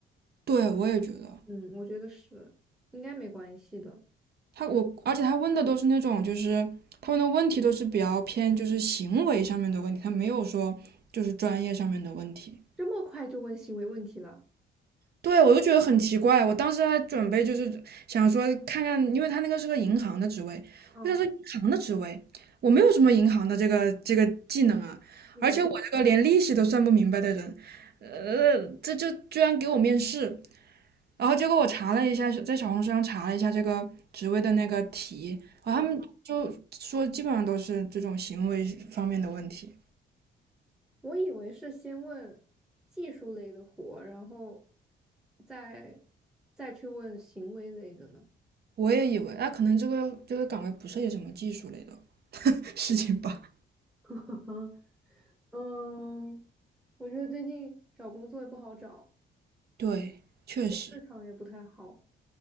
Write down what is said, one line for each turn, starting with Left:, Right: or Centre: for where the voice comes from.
Right: 对我也觉得
Centre: 嗯，我觉得是，应该没关系的。
Right: 他我，而且他问的都是那种就是他问的问题都是比较偏就是行为上面的问题，他没有说就是专业上面的问题。
Centre: 这么快就问行为问题了？
Right: 对，我就觉得很奇怪。我当时还准备就是想说看看，因为他那个是个银行的职位，
Centre: 嗯
Right: 我想说银行的职位，我没有什么银行的这个这个技能啊，
Centre: 嗯
Right: 而且我这个连利息都算不明白的人，呃，这就居然给我面试。然后结果我查了一下，在小红书上查了一下这个职位的那个题，然后他们就说基本上都是这种行为方面的问题。
Centre: 嗯，我以为是先问技术类的活，然后再再去问行为类的呢。
Right: 我也以为，那、可能这个这个岗位不涉及什么技术类的 <laughs> 事情吧。
Centre: <laughs> 嗯，我觉得最近找工作也不好找，
Right: 对，确实。
Centre: 市场也不太好。